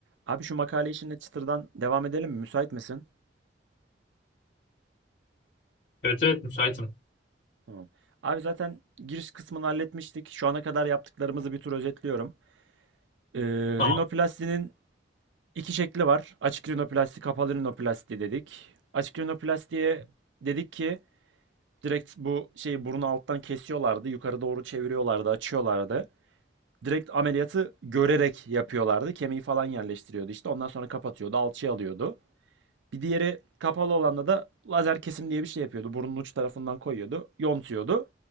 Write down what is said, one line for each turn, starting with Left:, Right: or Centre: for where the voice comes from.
Right: Abi şu makale işinde çıtırdan devam edelim mi? Müsait misin?
Left: Evet evet müsaitim.
Right: Tamam. Abi zaten giriş kısmını halletmiştik. Şu ana kadar yaptıklarımızı bir tur özetliyorum. Ee,
Left: Tamam.
Right: rinoplastinin iki şekli var. Açık rinoplasti, kapalı rinoplasti dedik. Açık rinoplastiye dedik ki direkt bu şeyi burnu alttan kesiyorlardı. Yukarı doğru çeviriyorlardı, açıyorlardı. Direkt ameliyatı görerek yapıyorlardı. Kemiği falan yerleştiriyordu işte. Ondan sonra kapatıyordu, alçıya alıyordu. Bir diğeri kapalı olanda da lazer kesim diye bir şey yapıyordu. Burnun uç tarafından koyuyordu, yontuyordu.